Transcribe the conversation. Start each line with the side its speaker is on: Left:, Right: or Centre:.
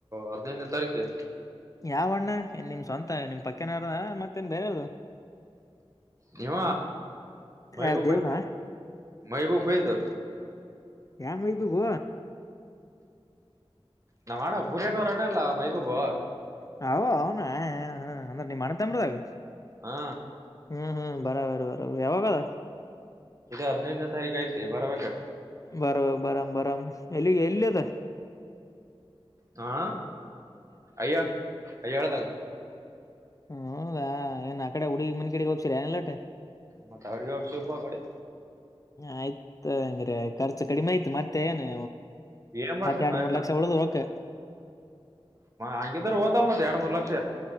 Right: ಹದಿನೈದನೆ ತಾರೀಕು
Left: ಯಾವಣ್ಣ ನಿಮ್ ಸ್ವಂತ ನಿಮ್ ಪಕ್ಕನಾರದ ಮತ್ತೇನ್ ಬೇರಾರ್ದ
Right: ನೀವ ಬೈಗು
Left: ಯಾರ್ ದೇವ್ನಾ
Right: <unintelligible> ಮಹಿಬೂಬ್ ಬೈದು
Left: ಯಾವ ಮಹಿಬುಬ್
Right: ನಮ್ಮ್ ಅಣ್ಣ ಬುರೇನವ್ರಣಲ್ಲ ಮೈಬುಬೂ
Left: ಅ ಅವನ ಅವ ಅಂದ್ರ ನೀಮ್ಮ ಅಣ್ಣ ತಮ್ಮರಾಗ್
Right: ಹಾ
Left: ಹ್ಮ್ ಹ್ಮ್ ಬರಬರ ಬರಬರ್ ಯಾವಾಗದ.
Right: ಈಗ ಹದಿನೈಂದನೇ ತಾರೀಕು ಐತಿ ಬರ್ಬೇಕು.
Left: ಬರ್ಬೇಕು ಬರ ಬರಾಮ್ ಬರಾಮ್ ಎಲ್ಲಿಗೆ ಎಲ್ಲಿದ.
Right: ಹಾ ಅಯ್ಯ ಅಯ್ಯಳ ದಾಗ.
Left: ಹೌದಾ ಏನ್ ಆಕಡೆ ಹುಡ್ಗಿ ಮನ ಕಡೆಗೆ ಒಪ್ಸಿದೆನು ಎಲ್ಲಟು.
Right: ಮತ್ತ ಅವ್ರಿಗೆ ಒಪ್ಸಿ ಪಾ ಆಕಡೆ.
Left: ಆಯ್ತ ತಗ ಹಂಗ್ರೆ ಖರ್ಚು ಕಡಿಮೆ ಆಯ್ತು ಮತ್ತೆ ಏನು.
Right: ಏನ್ ಮಾಡ್ತಿ
Left: ಮತ್ತ ಎರಡ್
Right: ಮ
Left: ಮೂರ್ ಲಕ್ಷ ಉಳ್ದವು ರೊಕ್ಕ.
Right: ಹಂಗಿದ್ರ ಹೊತವ ಮತ್ ಎರಡ್ ಮೂರ್ ಲಕ್ಷ.